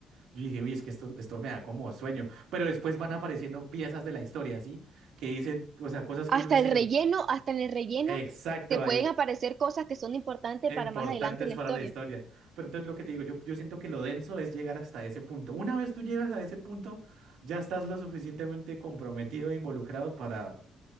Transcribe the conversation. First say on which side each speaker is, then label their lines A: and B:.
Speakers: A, on the right; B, on the right.
A: yo dije, uy, es que esto, esto me da como sueño, pero después van apareciendo piezas de la historia, ¿sí? Que dicen, o sea, cosas
B: Hasta
A: que uno dice,
B: el relleno, hasta en el relleno,
A: exacto,
B: te
A: ahí,
B: pueden aparecer cosas que son importantes
A: importantes
B: para más adelante en la
A: para
B: historia.
A: la historia. Pero entonces lo que te digo, yo, yo siento que lo denso es llegar hasta ese punto. Una vez tú llegas a ese punto, ya estás lo suficientemente comprometido e involucrado para